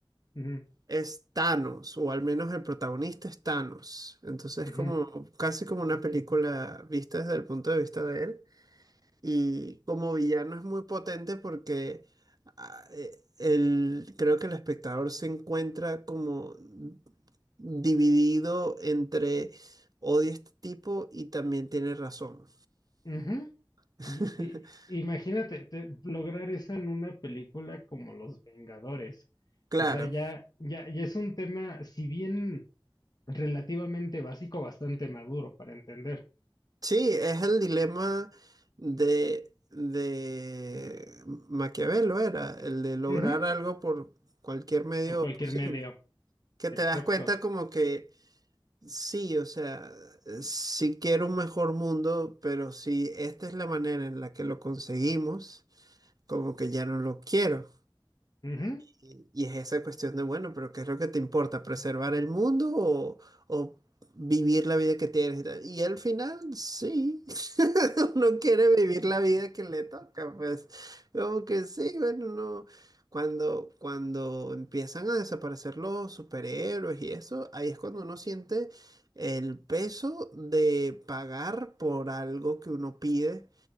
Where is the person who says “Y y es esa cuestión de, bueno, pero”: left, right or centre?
Right